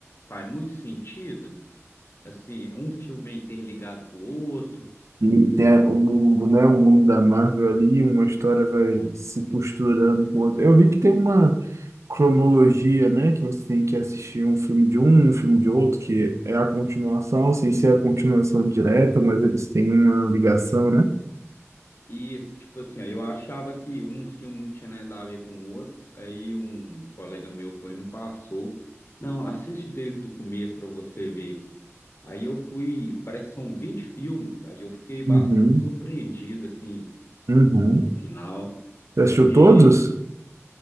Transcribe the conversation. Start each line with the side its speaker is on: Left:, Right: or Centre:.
Left: faz muito sentido? assim, é um filme é interligado com o outro.
Right: E tem o mundo, né? O mundo da Marvel ali, uma história vai se costurando com outra. Eu vi que tem uma cronologia, né? Que você tem que assistir
Left: E,
Right: um filme de um, um filme de outro, que é a continuação, sem ser a continuação direta, mas eles têm uma ligação, né?
Left: e, tipo assim, aí eu achava que um filme não tinha nada a ver com o outro. Aí um colega meu foi e me passou. Não, assiste desde o começo para você ver. Aí eu fui, parece que são 20 filmes. Aí eu fiquei bastante
Right: Uhum,
Left: surpreendido, assim,
Right: uhum.
Left: com o final.
Right: Você assistiu
Left: Que
Right: todos?